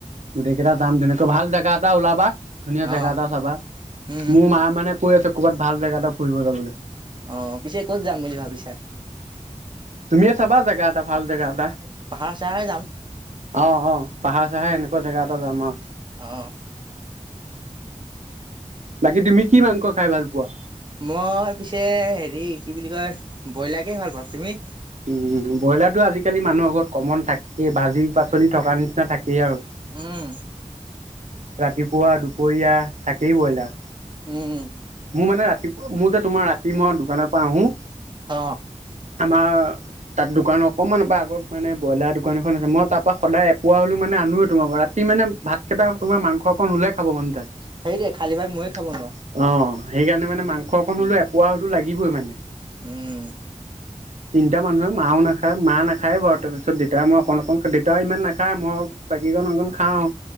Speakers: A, on the right (about 65°); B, on the right (about 40°).
A: গোটেই কেইটা যাম তেনেকৈ ভাল জেগা এটা ওলাবা। ধুনীয়া জেগা
B: অ',
A: এটা চাবা
B: উম
A: মোৰ মায় মানে কৈ আছে ক'ৰবাত ভাল জেগা এটা ফুৰিব যাবলে।
B: অ পিছে ক'ত যাম বুলি ভাবিছা।
A: তুমিয়ে চাবা জেগা এটা ভাল জেগা এটা
B: পাহাৰ চাহাৰে যাম।
A: অ', অ', পাহাৰ চাহাৰ এনেকুৱা জেগা এটা যাম আও।
B: অ।
A: বাকী তুমি কি মাংস খাই ভাল পোৱা?
B: মই পিছে হেৰি কি বুলি কয়, ব্ৰইলাৰকে ভাল পাওঁ। তুমি?
A: উম ব্ৰইলাৰটো আজিকালি মানুহৰ ঘৰত কমন থাকেই, ভাজি পাচলি থকা নিচিনা থাকেই আৰু।
B: উম।
A: ৰাতিপুৱা দুপৰীয়া তাক সেই ব্ৰইলাৰ,
B: উম,
A: মোৰ মানে ৰাত মোৰ যে তোমাৰ ৰাতি মই দোকানৰ পৰা আহো।
B: হ।
A: আমাৰ তাত দোকান অকণমানৰ পৰা আগত মানে ব্ৰইলাৰ দোকান এখন আছে, মই তাৰ পৰা সদায় এপোৱা হ'লেও মানে আনোৱেই তোমাৰ পৰা ৰাতি মানে ভাতকেটা তোমাৰ মাংস অকণ উলে খাব মন তাই। অ
B: সেইটোৱে খালী ভাত ময়ো খাব নোৱাৰো।
A: সেইকাৰণে মানে মাংস অকন উলৈ এপোৱা হ টো লাগিবই মানে।
B: উম।
A: তিনিটা মানুহে, মাও নাখায় মা নাখায় বাৰু, তাৰপিছত দেতা মই অকণ অকণ, দেউতা ইমান নাখায় মই বাকীকণ অকণ খাওঁ।